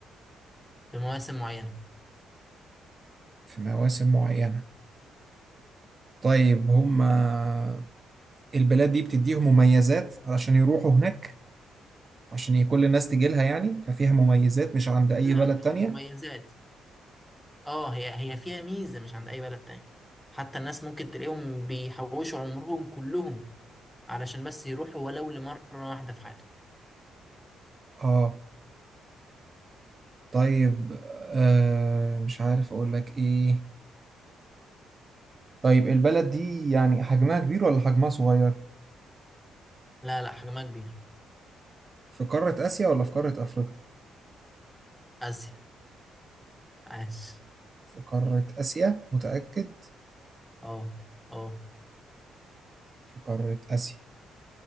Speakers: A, in the centre; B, on the right.
A: في مواسم معينة
B: في مواسم معينة طيب هما البلاد دي بتديهم مميزات علشان يروحوا هناك عشان ي- كل الناس تجي لها يعني ففيها مميزات مش عند أي
A: لا
B: بلد
A: مش
B: تانية
A: مميزات اه هي هي فيها ميزة مش عند أي بلد تاني حتى الناس ممكن تلاقيهم بيحوشوا عمرهم كلهم علشان بس يروحوا ولو لمرة واحدة في حياتهم
B: اه طيب آه مش عارف أقول لك إيه طيب البلد دي يعني حجمها كبير ولا حجمها صغير؟
A: لا لا حجمها كبير
B: في قارة آسيا ولا في قارة أفريقيا؟
A: آسيا عاش
B: في قارة آسيا متأكد
A: اه اه
B: في قارة آسيا